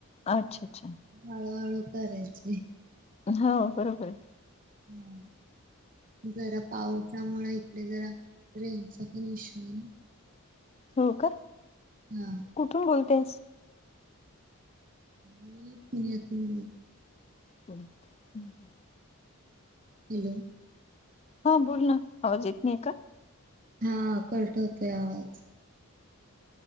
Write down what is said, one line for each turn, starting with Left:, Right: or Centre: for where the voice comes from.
Left: अच्छा! अच्छा!
Right: हळूहळू करायचे.
Left: हो. बरोबर आहे.
Right: हा जरा पावसामुळे इकडे जरा ट्रेनचा पण इशू नाही.
Left: हो का?
Right: हा.
Left: कुठून बोलतेस?
Right: मी पुण्यातून बोलतेय.
Left: <inaudible>
Right: हॅलो
Left: हो बोल ना, आवाज येत नाही का?
Right: हा, कट होतोय आवाज.